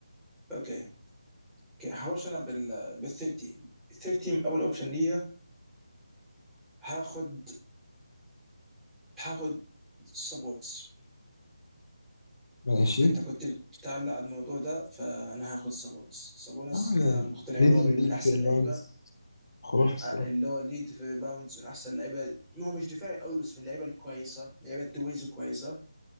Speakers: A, in the centre; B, on the left (about 65°).
A: اوكي اوكي هخش انا بال بال 13 13 اول اوبشن ليا هاخد هاخد سابونس
B: ماشي
A: انت كنت بتعلق الموضوع ده فانا هاخد سابونس سابونس
B: اه يعني
A: انا مقتنع
B: ليدنج
A: ان هو من,
B: ليج
A: من احسن
B: في الريباوندز
A: اللعيبه
B: خرافي
A: من أ-
B: الصراحه
A: اللي هو ليد في باونز من احسن اللعيبه هو مش دفاعي قوي بس من اللعيبه الكويسه لعيبه تويز كويسه